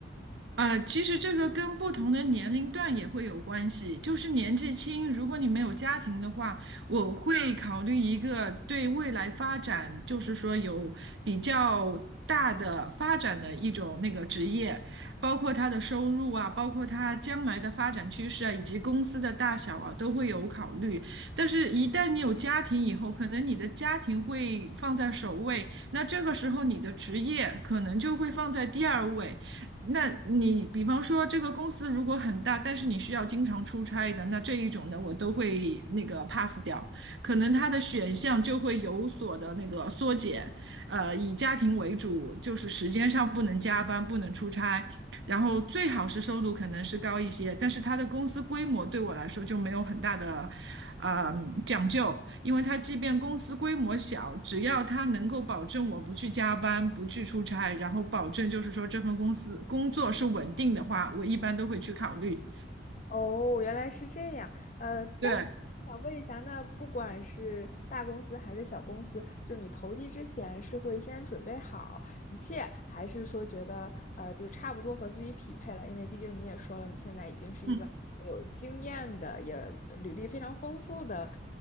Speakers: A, on the right; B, on the left.
A: 啊，其实这个跟不同的年龄段也会有关系。就是年纪轻，如果你没有家庭的话，我会考虑一个对未来发展，就是说有比较大的发展的一种那个职业，包括他的收入啊，包括他将来的发展趋势啊，以及公司的大小啊，都会有考虑。但是，一旦你有家庭以后，可能你的家庭会放在首位，那这个时候你的职业可能就会放在第二位。那你比方说这个公司如果很大，但是你需要经常出差的，那这一种的我都会那个 pass 掉，可能它的选项就会有所的那个缩减，呃，以家庭为主，就是时间上不能加班，不能出差，然后最好是收入可能是高一些，但是它的公司规模对我来说就没有很大的，呃，讲究，因为它即便公司规模小，只要它能够保证我不去加班、不去出差，然后保证就是说这份公司工作是稳定的话，我一般都会去考虑。
B: 哦，原来是这样。呃，
A: 对，
B: 但是想问一下，那不管是大公司还是小公司，就是你投递之前是会先准备好一切，还是说觉得呃就是差不多和自己匹配了？因为毕竟你也说了，你现在已经是一个有经验的，
A: 嗯。
B: 也履历非常丰富的，